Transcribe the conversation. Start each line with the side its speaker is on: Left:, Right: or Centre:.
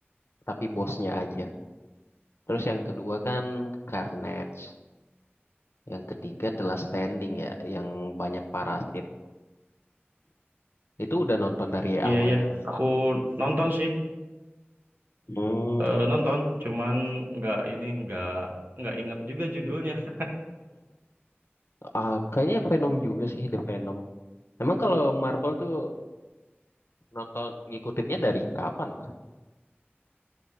Left: tapi bosnya aja. Terus yang kedua kan Carnage. Yang ketiga adalah Standing ya, yang banyak parasit. Itu udah nonton dari
Right: Iya
Left: awalnya,
Right: iya,
Left: Mas.
Right: aku nonton sih,
Left: Hmm,
Right: Eh, nonton, cuman nggak ini nggak nggak ingat juga judulnya <laughs>
Left: ah, kayaknya Venom juga sih, The Venom. Emang kalau Marvel tuh nonton ngikutinnya dari kapan, Mas?